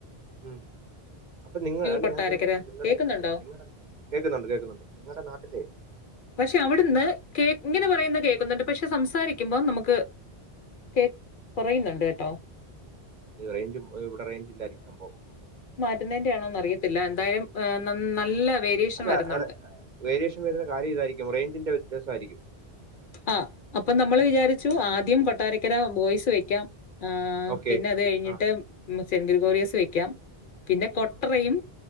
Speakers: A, on the right; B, on the left.
A: ഉം അപ്പൊ നിങ്ങൾ അല്ല
B: കൊട്ടാരക്കര.
A: ഞാൻ ചോദിക്കുന്നത് നിങ്ങള
B: കേക്കുന്നുണ്ടോ?
A: നിങ്ങള കേക്കുന്നുണ്ട് കേക്കുന്നുണ്ട് നിങ്ങടെ നാട്ടില്
B: പക്ഷെ അവിടുന്ന് കേ ഇങ്ങനെ പറയുന്ന കേക്കുന്നുണ്ട് പക്ഷെ സംസാരി ക്കുമ്പോ നമുക്ക് ക്കെ കൊറയുന്നുണ്ട് ണ്ട് കേട്ടോ
A: അ റേഞ്ച് ഇവിടെ റേഞ്ച് ഇല്ലായിരിക്കും സംഭവം
B: <unintelligible> അറിയത്തില്ല എന്താലും നല്ല റെഡിയേഷൻ
A: അല്ല
B: വര്ന്നുണ്ട്
A: വേരിയേഷൻ വരുന്ന കാര്യം ഇതായിരിക്കും റേഞ്ചിന്റെ വ്യത്യാസായിരിക്കും
B: ആ അപ്പം നമ്മള് വിചാരിച്ചു ആദ്യം കൊട്ടാരക്കര ബോയ്സ് വെക്കാം ആ
A: ഓക്കെ
B: പിന്നെ അത് കഴിഞ്ഞിട്ട്
A: ആ
B: മ് സെൻറ്റിൽ കൊറിയസ് വെക്കാം പിന്നെ
A: ഉം,
B: കൊട്ടറെയും